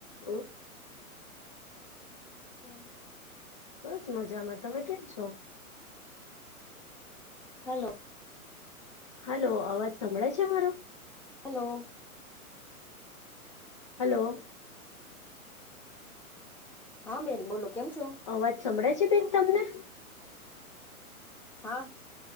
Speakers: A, on the left; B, in the centre.
A: હ
B: હમ્મ
A: બસ મજામાં તમે કેમ છો
B: હેલો
A: હાલો અવાજ સંભળાય છે મારો
B: હલો
A: હલો
B: હા મે બેન બોલો કેમ છો
A: અવાજ સંભળાય છે બેન તમને
B: હા